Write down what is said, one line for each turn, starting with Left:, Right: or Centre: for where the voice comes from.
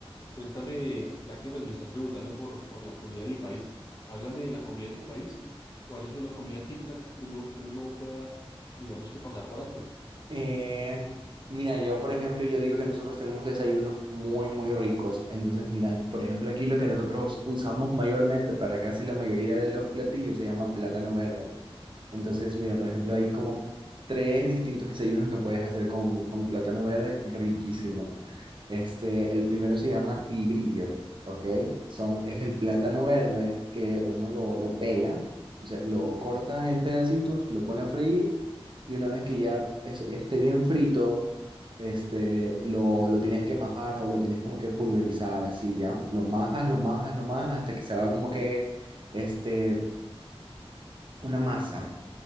Left: cuéntame, ya que pues, me estás preguntando por, por la comida de mi país, háblame de la comida de tu país. ¿Cuál es una comida típica que uno, que uno no pueda, digamos que pasar por alto?
Right: Eh, mira, yo por ejemplo, yo digo que nosotros tenemos desayunos muy, muy ricos. Entonces, mira, por ejemplo, aquí lo que nosotros usamos mayormente para casi la mayoría de los platillos se llama plátano verde. Entonces, mira, por ejemplo, hay como tres distintos desayunos que puedes hacer con, con plátano verde, riquísimo. Este, el primero se llama tigrillo, ¿ok? Son, es el plátano verde que uno lo, lo pela, o sea, lo corta en pedacitos, lo pone a freír y una vez que ya, eso ya esté bien frito, este, lo, lo tienes que majar o lo tienes como que pulverizar, así ya. Lo majas, lo majas, lo majas hasta que se haga como que este, una masa